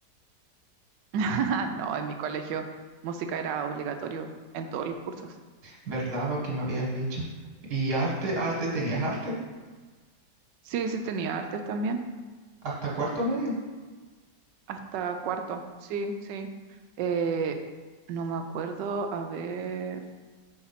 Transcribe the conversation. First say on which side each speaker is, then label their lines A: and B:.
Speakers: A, on the right (about 80°); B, on the right (about 65°).
A: <laughs> No, en mi colegio música era obligatorio en todos los cursos.
B: ¿verdad? Porque me habías dicho. ¿Y arte, arte tenías arte?
A: Sí, sí tenía artes también,
B: ¿Hasta cuarto medio?
A: hasta cuarto, sí, sí. Eh, no me acuerdo, a ver,